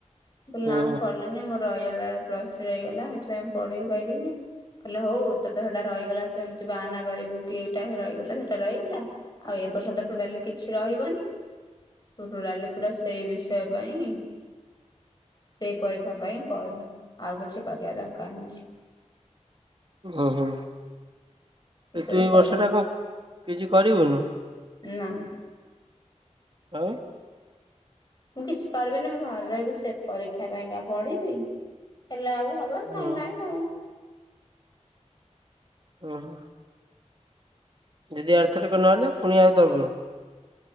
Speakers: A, on the left; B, on the right.
A: କହିଲି
B: ହୁଁ
A: ନା ମୁଁ ପଢିଲିନି ମୋର ରହିଗଲା ପ୍ଲସ ଥ୍ରୀ ରହିଗଲା ହେଥିପାଇଁ ମୁଁ ପଢିବି ପାଇଲିନି। କହିଲେ ହଉ ତୁତ ସେଇଟା ରହିଗଲା ସେମିତି ବାହାନା କରିବୁ କି ଏଟା ରହିଗଲା ସେଟା ରହିଗଲା। ଆଉ ଏ ବସ ତ ଟୋଟାଲି କିଛି ରହିବନି ତ ଟୋଟାଲି ପୁରା ସେଇ ବିଷୟ ପାଇଁ ସେଇ ପରୀକ୍ଷା ପାଇଁ ପଢ଼, ଆଉ କିଛି କରିବା ଦରକାର ନାଇଁ।
B: ଓ ହୋ,
A: ଏସବୁ
B: ଏ ତୁ ଏଇ
A: କହିଲା
B: ବର୍ଷ ଟା କଣ କିଛି କରିବୁନୁ?
A: ନା।
B: ଆଉ
A: ମୁଁ କିଛି କରିବିନି ମୁଁ ଘରେ ରହିକି ସେ ପରୀକ୍ଷା ପାଇଁକା ପଢିବି ହେଲା ହବ ଆଉ।
B: ହଁ
A: ନହେଲେ ନାଇଁ ଆଉ।
B: ଉଁ ହୁଁ। ଯଦି ଆର୍ଥରକ ନହେଲା ପୁଣି ଆଉ ଦବୁନୁ।